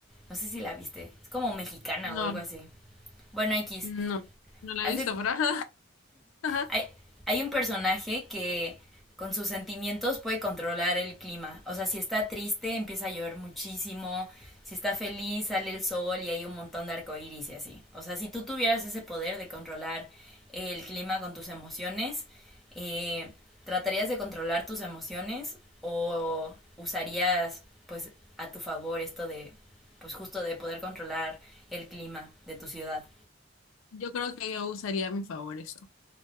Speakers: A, in the centre; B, on the left.
A: No sé si la viste. Es como mexicana
B: No,
A: o algo así. Bueno, X.
B: no, no la
A: Hace
B: he visto, pero ajá, ajá.
A: Hay, hay un personaje que con sus sentimientos puede controlar el clima. O sea, si está triste, empieza a llover muchísimo. Si está feliz, sale el sol y hay un montón de arcoíris y así. O sea, si tú tuvieras ese poder de controlar el clima con tus emociones, eh, ¿tratarías de controlar tus emociones o usarías, pues, a tu favor esto de, pues, justo de poder controlar el clima de tu ciudad?
B: Yo creo que yo usaría a mi favor eso.